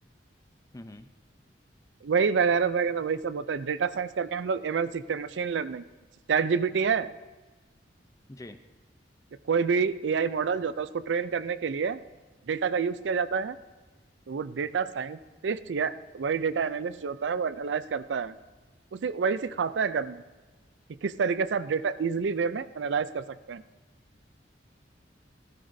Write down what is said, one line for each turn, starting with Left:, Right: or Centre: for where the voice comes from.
Left: हम्म हम्म,
Right: वही वगैरह वगैरह वही सब होता है डेटा साइंस करके हम लोग एमएल सीखते हैं मशीन लर्निंग चैट जीपीटी है
Left: जी
Right: या कोई भी एआई मॉडल जो होता है उसको ट्रेन करने के लिए डेटा का यूज किया जाता है तो वो डेटा साइंटिस्ट या वही डेटा एनालिस्ट जो होता है वो एनालाइज करता है उसी वही सिखाता है करना कि किस तरीके से आप डेटा इजिली वे में एनालाइज कर सकते हैं